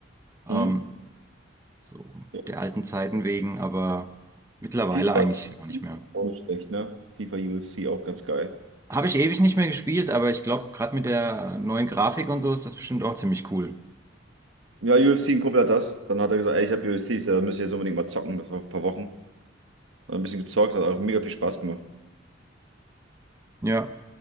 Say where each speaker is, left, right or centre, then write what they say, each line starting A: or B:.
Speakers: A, on the right (about 15°); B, on the right (about 80°).
A: Ähm,
B: Mhm.
A: so
B: Ja.
A: der alten Zeiten wegen, aber mittlerweile
B: FIFA
A: eigentlich auch nicht mehr.
B: auch nicht schlecht, ne? FIFA UFC auch ganz geil.
A: Habe ich ewig nicht mehr gespielt, aber ich glaube, gerade mit der neuen Grafik und so ist das bestimmt auch ziemlich cool.
B: Ja, UFC, ein Kumpel hat das. Dann hat er gesagt, ey, ich habe UFC, da müssen wir jetzt unbedingt mal zocken. Das war vor ein paar Wochen. Dann ein bisschen gezockt, hat auch mega viel Spaß gemacht.
A: Ja,